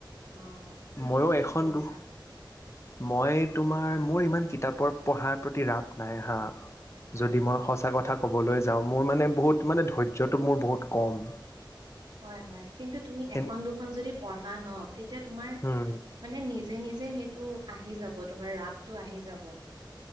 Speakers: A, on the right; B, on the left.
A: অহ, তুমি
B: ময়ো
A: কি কি
B: এখন
A: পঢ়িছা?
B: দু মই তোমাৰ, মোৰ ইমান কিতাপৰ পঢ়াৰ প্ৰতি ৰাপ নাই হা।
A: অ
B: যদি মই সঁচা কথা ক'বলৈ যাওঁ। মোৰ মানে বহুত মানে ধৈৰ্যটো মোৰ বহুত কম।
A: হয়, হয়। কিন্তু তুমি
B: এনে
A: এখন দুখন যদি পঢ়া ন এতিয়া তোমাৰ
B: উম
A: মানে নিজে নিজে সেইটো আহি যাব, তোমাৰ ৰাপটো আহি যাব। অহ,